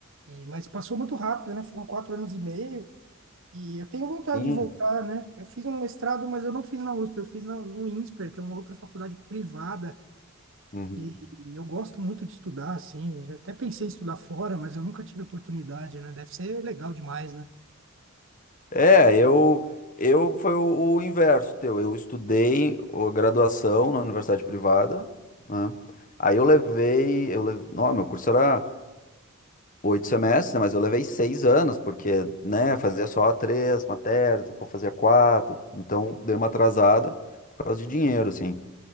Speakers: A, on the right; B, on the left.
A: e- mas passou muito rápido, né? Foram quatro anos e meio, e eu tenho vontade
B: Sim.
A: de voltar, né? Eu fiz um mestrado, mas eu não fiz na USP, eu fiz na, no INSPER, que é uma outra faculdade privada
B: Uhum.
A: e e eu gosto muito de estudar, assim. Já até pensei em estudar fora, mas eu nunca tive oportunidade, né? Deve ser legal demais, né?
B: É, eu eu foi o, o inverso teu. Eu estudei o- graduação na universidade privada, né? Aí eu levei, eu leve... Não, meu curso era oito semestres, né? Mas eu levei seis anos, porque, né, fazia só três matérias, depois fazia quatro, então dei uma atrasada por causa de dinheiro, assim.